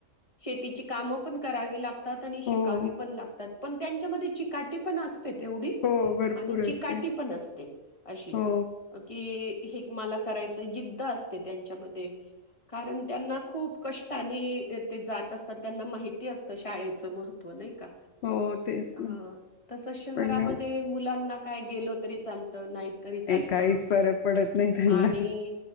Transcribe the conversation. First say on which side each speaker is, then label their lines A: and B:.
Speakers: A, on the left; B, on the left.
A: शेतीची कामं पण करावी लागते. आणि शिकावी
B: हो
A: पण लागतात पण त्यांच्यामध्ये चिकाटी पण असते. तेवढी
B: हो भरपूर
A: आणि चिकाटी
B: असते
A: पण असते अशी
B: हो
A: की हे मला करायचं जिद्द असते त्यांच्यामध्ये कारण त्यांना खूप कष्टानी ते जात असतात त्यांना माहिती असतं शाळेचं महत्व नाही का
B: हो तेच ना
A: ह तस शहरामध्ये
B: पण
A: मुलांना काय गेलो तरी चालत नाही तरी चालत
B: काहीच फरक पडत नाही त्यांना
A: आणि